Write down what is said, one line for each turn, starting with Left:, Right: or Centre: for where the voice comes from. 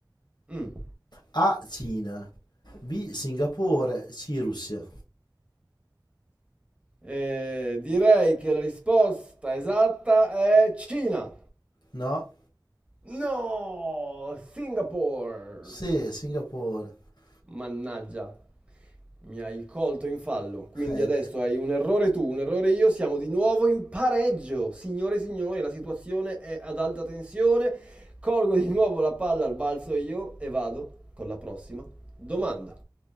Right: Mm.
Left: A. Cina. B. Singapore. C. Russia.
Right: Eh, direi che la risposta esatta è Cina.
Left: No?
Right: No, Singapore.
Left: Sì, Singapore. <laughs>
Right: Mannaggia. Mi hai colto in fallo, quindi
Left: Eh,
Right: adesso hai un errore tu, un errore io, siamo di nuovo in pareggio. Signore e signori, la situazione è ad alta tensione. Colgo di nuovo la palla al balzo io e vado con la prossima domanda.